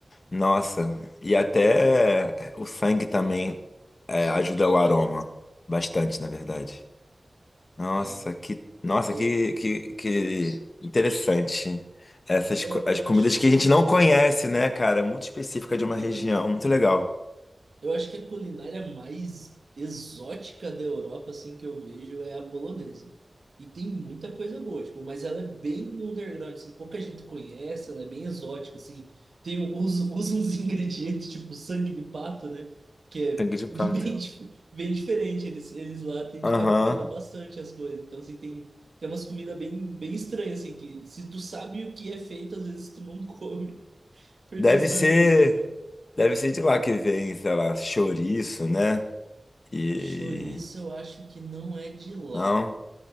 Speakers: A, on the left; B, on the right.
A: Nossa, e até o sangue também é, ajuda o aroma. Bastante, na verdade. Nossa,
B: É,
A: que, nossa,
B: eu,
A: que, que, que interessante. Essas
B: eu
A: co- as
B: eu
A: comidas
B: acho
A: que
B: que
A: a gente não conhece, né, cara? Muito específica de uma
B: aham.
A: região. Muito legal.
B: Eu acho que a culinária mais exótica da Europa, assim, que eu vejo é a polonesa. E tem muita coisa boa, tipo, mas ela é bem no underground, assim, pouca gente conhece, ela é bem exótica, assim. Tem, um- usa, usa uns <laughs> ingredientes, tipo sangue de pato, né? Que é
A: Sangue de pato.
B: bem, <laughs> bem dif- bem diferente. Eles, eles lá tendem
A: Aham.
B: a reaproveitar bastante as coisas. Então, assim, tem, tem umas comidas bem, bem estranhas, assim, que se tu sabe o que é feito, às vezes tu não come <laughs> por
A: Deve
B: questão
A: ser,
B: disso, sabe?
A: deve ser de lá que vem, sei lá, chouriço, né? E
B: Chouriço, eu acho que não é de lá.
A: não,